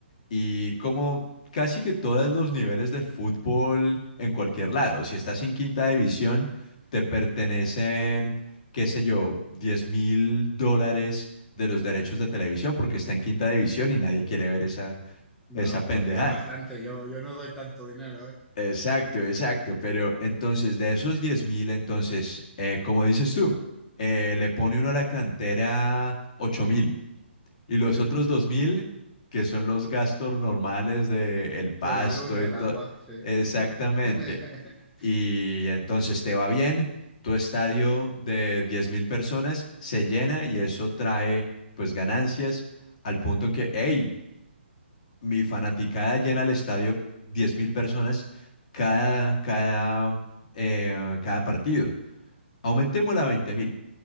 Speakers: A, on the left (about 35°); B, in the centre.
A: y como casi que todos los niveles del fútbol en cualquier lado. Si estás en quinta división, te pertenecen, qué sé yo, diez mil dólares de los derechos de televisión porque está en quinta división y nadie quiere ver esa,
B: No,
A: esa
B: hombre,
A: pendejada.
B: ya es bastante. Yo, yo no doy tanto dinero, ¿eh?
A: Exacto, exacto. Pero entonces, de esos diez mil, entonces, eh, como dices tú, eh, le pone uno a la cantera ocho mil y los
B: Sí.
A: otros dos mil, que son los gastos normales de el pasto
B: De la luz y el
A: y todo.
B: agua, sí.
A: Exactamente.
B: <laughs>
A: Y entonces te va bien, tu estadio de diez mil personas se llena y eso trae pues ganancias al punto en que, hey, mi fanaticada llena el estadio 10.000 personas cada, cada, eh, cada partido. Aumentémosla a veinte mil